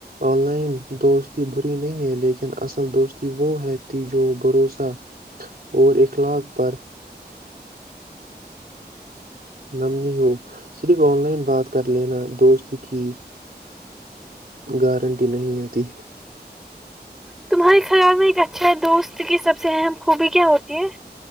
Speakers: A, on the right; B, in the centre.
A: آن لائن دوستی بری نہیں ہے لیکن اصل دوستی وہ ہے تھی جو بھروسہ اور اخلاق پر نمنی ہو صرف آن لائن بات کر لینا دوست کی گارنٹی نہیں آتی
B: تمہارے خیال میں ایک اچھا دوست کی سب سے اہم خوبی کیا ہوتی ہے